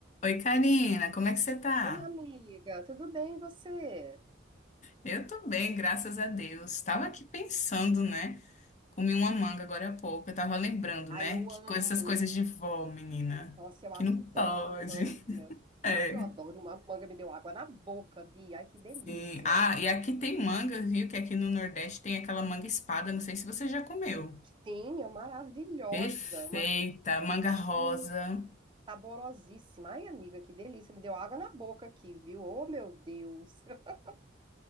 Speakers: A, on the left (about 40°); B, on the right (about 25°).
A: Oi, Karina, como é que você tá?
B: Ô, minha amiga, tudo bem e você?
A: Eu tô bem, graças a Deus. Tava aqui pensando, né? Comi uma manga agora há pouco. Eu tava lembrando,
B: Ai,
A: né?
B: eu
A: Que
B: amo.
A: coisas, essas coisas de vó, menina.
B: Nossa, eu
A: Que
B: adoro
A: não pode.
B: uma manga.
A: <laughs> É,
B: <laughs> Eu adoro uma manga, me deu água na boca, Bia. Ai, que delícia.
A: sim. Ah, e aqui tem manga, viu? Que aqui no Nordeste tem aquela manga espada. Não sei se você já comeu.
B: Sim, é maravilhosa.
A: Perfeita,
B: Uma
A: manga rosa.
B: uh, saborosíssima. Ai, amiga, que delícia. Me deu água na boca aqui, viu? Oh, meu Deus. <laughs>